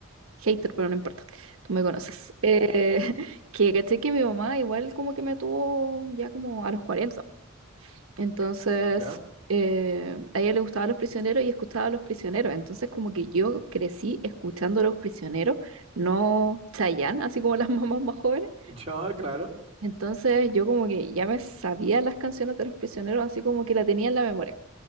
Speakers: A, on the right (about 80°); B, on the right (about 30°).
A: hater, pero no importa. Tú me conoces. Eh, <laughs> que caché que mi mamá igual como que me tuvo ya como a los cuarenta Entonces,
B: ya,
A: eh, a ella le gustaban los prisioneros y escuchaba a los prisioneros. Entonces, como que yo crecí escuchando a los prisioneros, no Chayanne, así como las <laughs> mamás más jóvenes.
B: ya, claro.
A: Entonces, yo como que ya me sabía las canciones de los prisioneros, así como que la tenía en la memoria.